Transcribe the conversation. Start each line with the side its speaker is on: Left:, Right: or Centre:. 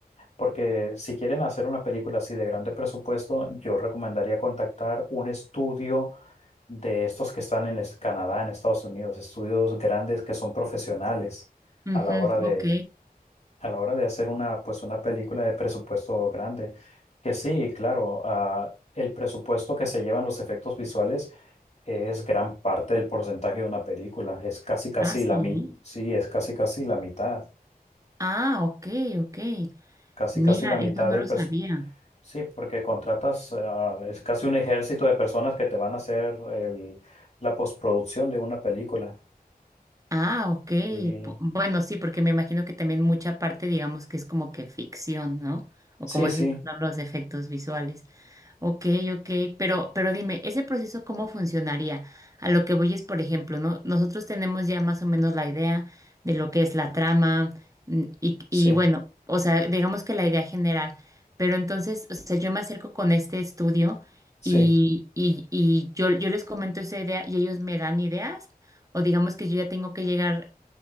Left: porque si quieren hacer una película así de grande presupuesto, yo recomendaría contactar un estudio de estos que están en es- Canadá, en Estados Unidos, estudios grandes que son profesionales
Right: ujú,
Left: a la hora de,
Right: ok.
Left: a la hora de hacer una, pues una película de presupuesto grande. Que sí, claro, ah, el presupuesto que se llevan los efectos visuales es gran parte del porcentaje de una película. Es casi casi
Right: Ah, sí.
Left: la mi sí, es casi casi la mitad.
Right: Ah, ok, ok.
Left: Casi
Right: Mira,
Left: casi la mitad
Right: esto no
Left: del
Right: lo
Left: presupuesto.
Right: sabía.
Left: Sí, porque contratas, ah, es casi un ejército de personas que te van a hacer el- la postproducción de una película.
Right: Ah, ok.
Left: Y
Right: Pu- Bueno, sí, porque me imagino que también mucha parte, digamos, que es como que ficción, ¿no? O
Left: sí,
Right: como
Left: sí,
Right: dices, tú, ¿no? los efectos visuales. Ok, ok, pero, pero dime, ¿ese proceso cómo funcionaría? A lo que voy es, por ejemplo, ¿no? Nosotros tenemos ya más o menos la idea de lo que es la trama mm, y,
Left: sí,
Right: y bueno, o sea, digamos que la idea general, pero entonces, o sea, yo me acerco con este estudio
Left: sí,
Right: y, y, y yo, yo les comento esa idea y ellos me dan ideas. O digamos que yo ya tengo que llegar